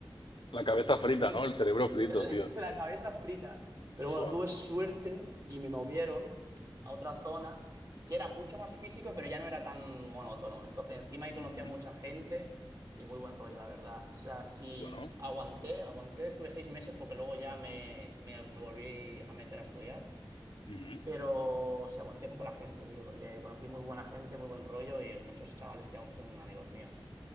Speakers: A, on the left; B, on the right.
A: La cabeza
B: <laughs>
A: frita, ¿no? El cerebro frito,
B: <laughs>
A: tío.
B: la cabeza frita. Pero bueno,
A: Fua.
B: tuve suerte y me movieron a otra zona que era mucho más físico, pero ya no era tan monótono. Entonces, encima ahí conocía
A: Ujú.
B: a mucha gente y muy buen rollo, la verdad. O sea, sí
A: Bueno.
B: aguanté, aguanté, estuve seis meses porque luego ya me, me- me volví a meter a estudiar.
A: ujú.
B: Pero si aguanté fue por la gente, tío, porque conocí muy buena gente, muy buen rollo y muchos chavales que aún son amigos míos.